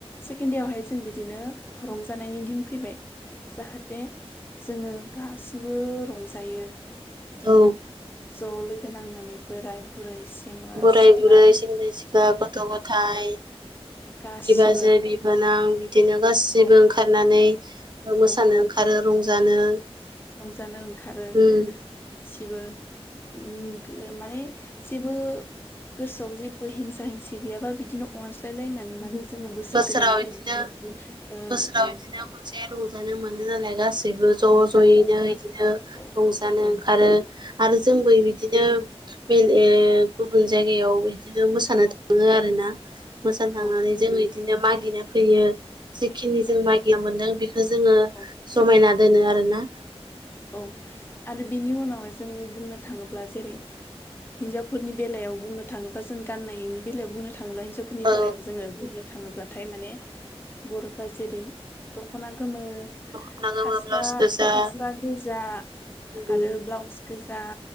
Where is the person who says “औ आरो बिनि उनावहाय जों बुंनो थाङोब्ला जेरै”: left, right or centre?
Left